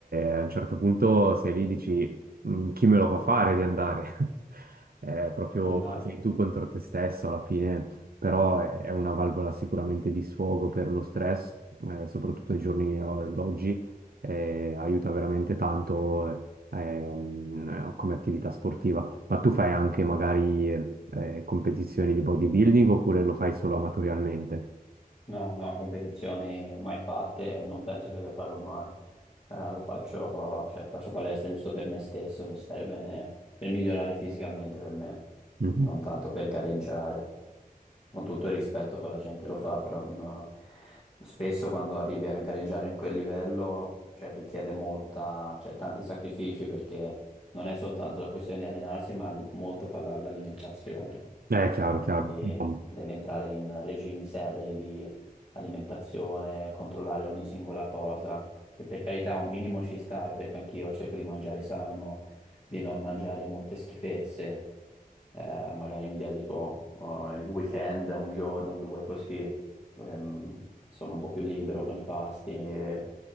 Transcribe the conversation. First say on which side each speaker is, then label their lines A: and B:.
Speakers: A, on the right (about 80°); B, on the left (about 40°).
A: a un certo punto sei lì e dici "Mm, chi me lo fa fare di andare? <laughs> È proprio
B: Esatto.
A: sei tu contro te stesso alla fine, però è è una valvola sicuramente di sfogo per lo stress, eh, soprattutto ai giorni eh, d'oggi, eh, aiuta veramente tanto eh, ehm, eh, come attività sportiva. Ma tu fai anche magari eh, competizioni di bodybuilding oppure lo fai solo amatorialmente?
B: No, no, competizioni mai fatte, non penso che le farò mai. Eh, lo faccio, cioè, faccio palestra giusto per me stesso, per stare bene, per migliorare fisicamente per me,
A: Mhm.
B: non tanto per gareggiare. Con tutto il rispetto che la gente lo fa, però no. no. Spesso quando arrivi a gareggiare in quel livello, cioè, richiede molta, cioè, tanti sacrifici perché non è soltanto la questione di allenarsi, ma l- molto fa la- l'alimentazione
A: Eh, chiaro, chiaro.
B: quindi
A: No,
B: devi entrare in regimi serri di alimentazione, controllare ogni singola cosa, che per carità un minimo ci sta, eh, perché anch'io cerco di mangiare sano, di non mangiare molte schifezze, Eh, magari mi dedico oh, il weekend, un giorno, due così, dove mm, sono un po' più libero con i pasti, e